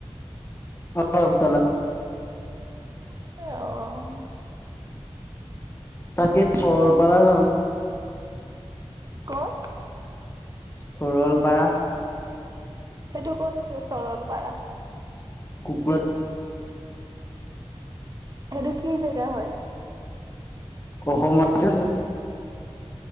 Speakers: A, on the left; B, on the right.
A: অ', <unintelligible>
B: <unintelligible> অ',
A: তাকে সৰলপাৰা যাওঁ।
B: ক'ত?
A: সৰলপাৰা।
B: সেইটো ক'ত আছে চৰলপাৰা?
A: কুক
B: সেইটো কি জেগা হয়?
A: অসমতে <unintelligible>